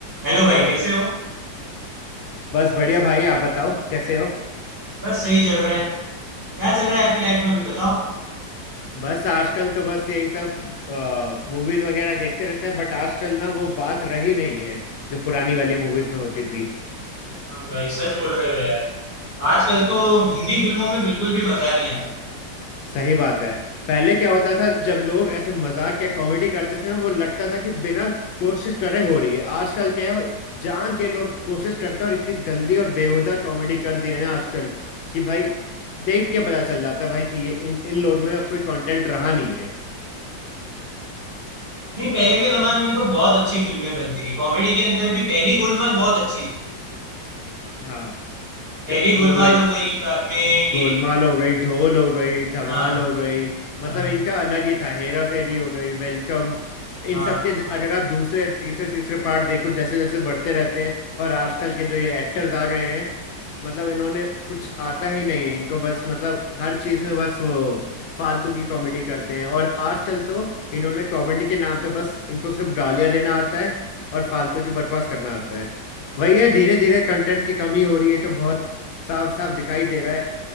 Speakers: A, on the right; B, on the left.
A: Hello भाई कैसे हो
B: बस बढ़िया भाई आप बताओ कैसे हो
A: बस सही चल रहा है क्या चल रहा है आपकी लाइफ में अभी बताओ
B: बस आजकल तो बस यही सब मूवीज वगैरह देखते रहते हैं बट आजकल ना वो बात रही नहीं है जो पुरानी वाली मूवीज में होती थी
A: हाँ भाई सच बोल रहे हो यार आजकल तो हिंदी फिल्मों में बिल्कुल भी मजा नहीं आता
B: सही बात है पहले क्या होता था जब लोग ऐसे मजाक या कॉमेडी करते थे ना वो लगता था कि बिना कोशिश करे हो रही है आजकल क्या है वो जान के लोग कोशिश करते हैं और इतनी गंदी और बेहुदा कॉमेडी कर दी है ना आजकल कि भाई देख के पता चल जाता है भाई कि ये इन इन लोग में अब कोई कंटेंट रहा नहीं है
A: नहीं पहले के जमाने में तो बहुत अच्छी फिल्में बनती थी कॉमेडी के अंदर भी पहली गोलमाल बहुत अच्छी थी
B: हाँ
A: पहली
B: क- वो-
A: गोलमाल
B: वही
A: हो गई बाद में
B: गोलमाल
A: ये
B: हो गई ढोल हो गई धमाल
A: हाँ
B: हो गई मतलब
A: हाँ
B: इनका अलग ही था हेरा फेरी हो गई वेलकम
A: हाँ
B: इन सब के
A: हाँ
B: अगर आप दूसरे तीसरे तीसरे पार्ट देखो जैसे जैसे बढ़ते रहते हैं और आजकल के जो ये एक्टर्स आ गए हैं मतलब इन्होंने कुछ आता ही नहीं है इनको बस मतलब हर चीज में बस वो फालतू की कॉमेडी करते हैं और आजकल तो इन्होंने कॉमेडी के नाम पे बस इनको सिर्फ गालियां देना आता है और फालतू की बकवास करना आता है वही है धीरे धीरे कंटेंट की कमी हो रही है तो बहुत साफ साफ दिखाई दे रहा है